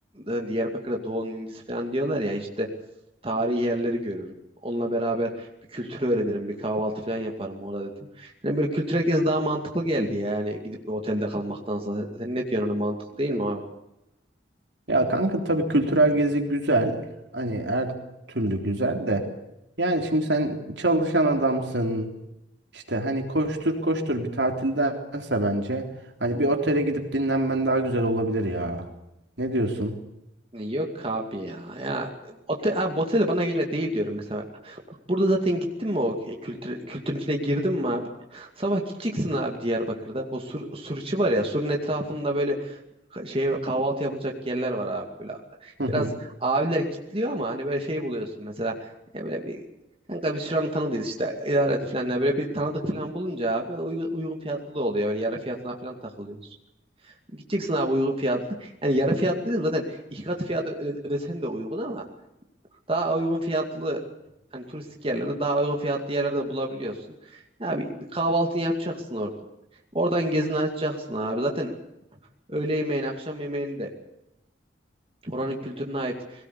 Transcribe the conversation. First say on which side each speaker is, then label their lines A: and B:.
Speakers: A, on the right (about 30°); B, on the right (about 70°).
A: hani Diyarbakır'da Doğu'nun incisi falan diyorlar ya işte tarihi yerleri görürüm. Onunla beraber bir kültürü öğrenirim, bir kahvaltı falan yaparım orada dedim. Hani böyle kültürel gezi daha mantıklı geldi ya. yani gidip bir otelde kalmaktansa. Sen ne diyorsun hani mantıklı değil mi abi?
B: Ya kanka tabii kültürel gezi güzel. Hani her türlü güzel de. Yani şimdi sen çalışan adamsın. İşte hani koştur koştur bir tatildense bence hani bir otele gidip dinlenmen daha güzel olabilir ya. Ne diyorsun?
A: Yok abi ya. Ya otel, abi, motel de bana göre değil diyorum mesela. Bak burada zaten gittin mi o kültür kültürün içine girdin mi abi? Sabah gideceksin abi Diyarbakır'da. O sur, sur içi var ya. Surun etrafında böyle ka- şey kahvaltı yapılacak yerler var abi böyle.
B: Hı hı.
A: Biraz abiler kitliyor ama hani böyle şey buluyorsun mesela. E böyle bir kanka biz şuranın tanıdığız işte idare et falan. Yani böyle bir tanıdık falan bulunca abi uygun, uygun fiyatlı da oluyor. Böyle yarı fiyatına falan takılıyor. Gideceksin abi uygun fiyatlı. Yani yarı fiyatlı dedim zaten iki katı fiyat öde- ödesen de uygun ama daha uygun fiyatlı hani turistik yerlerde daha uygun fiyatlı yerlerde bulabiliyorsun. Ya bir, bir kahvaltını yapacaksın orada. Oradan gezini açacaksın abi. Zaten öğle yemeğini, akşam yemeğini de oranın kültürüne ait